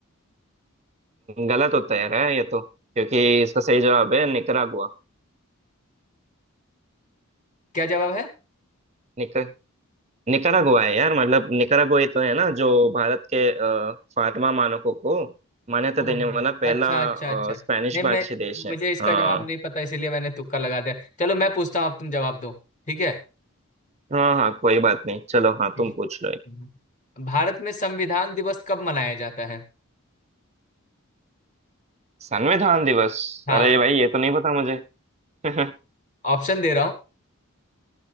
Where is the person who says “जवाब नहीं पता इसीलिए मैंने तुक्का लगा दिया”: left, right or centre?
Left